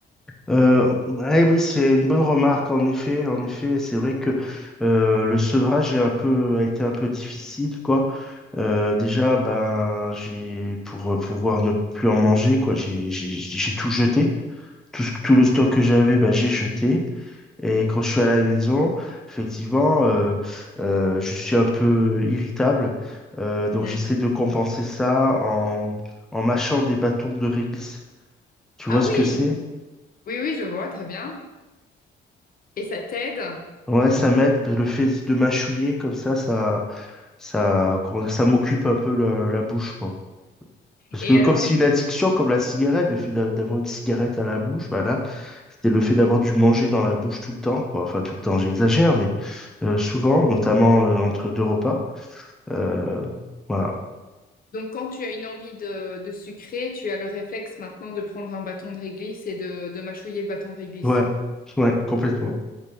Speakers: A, in the centre; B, on the left.
A: Euh, ouais, oui, c'est une bonne remarque. En effet, en effet, c'est vrai que euh, le sevrage est un peu, a été un peu difficile, quoi. Euh, déjà, ben, j'ai pour euh, pouvoir ne plus en manger, quoi. J'ai, j'ai, j'ai tout jeté. Tout, ce- tout le stock que j'avais, ben, j'ai jeté. Et quand je suis à la maison, effectivement, euh, euh, je suis un peu irritable. Euh, donc,
B: Mm.
A: j'essaie de compenser ça en, en mâchant des bâtons de réglisse. Tu
B: Ah
A: vois ce
B: oui,
A: que c'est?
B: oui, oui, je vois, très bien. Et ça t'aide.
A: Ouais, ça m'aide. Le fait de mâchouiller comme ça, ça, ça, comment dire, ça m'occupe un peu la, la bouche, quoi. Parce
B: Et
A: que comme
B: alors
A: c'est
B: du
A: une
B: coup,
A: addiction, comme la cigarette, le fait d'a- d'avoir une cigarette à la bouche, bah là, c'était le fait d'avoir du manger dans la bouche tout le temps, quoi. Enfin, tout le temps, j'exagère, mais euh, souvent, notamment euh, entre deux repas. Euh, voilà.
B: donc quand tu as une envie de, de sucrer, tu as le réflexe maintenant de prendre un bâton de réglisse et de, de mâchouiller le bâton de réglisse.
A: Ouais, ouais, complètement.